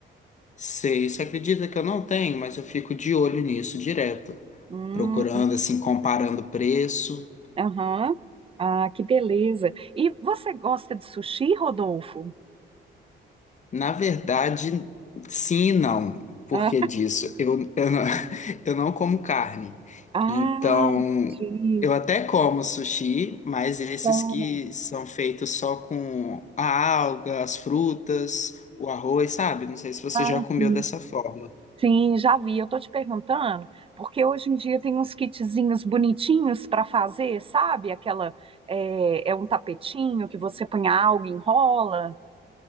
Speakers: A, on the left (about 35°); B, on the right (about 30°).
A: Sei, você acredita que eu não tenho, mas eu fico de olho nisso direto,
B: Hum.
A: procurando, assim, comparando preço.
B: Aham. Ah, que beleza. E você gosta de sushi, Rodolfo?
A: Na verdade, sim e não, Por
B: Ah,
A: que disso eu, eu não, <laughs> eu não como carne.
B: ah,
A: Então,
B: entendi.
A: eu até como sushi, mas esses
B: Então,
A: que são feitos só com a alga, as frutas, o arroz, sabe? Não sei se você
B: Ah,
A: já comeu
B: sim.
A: dessa forma.
B: Sim, já vi. Eu tô te perguntando, porque hoje em dia tem uns kitzinhos bonitinhos para fazer, sabe? Aquela é, é um tapetinho que você põe algo, enrola.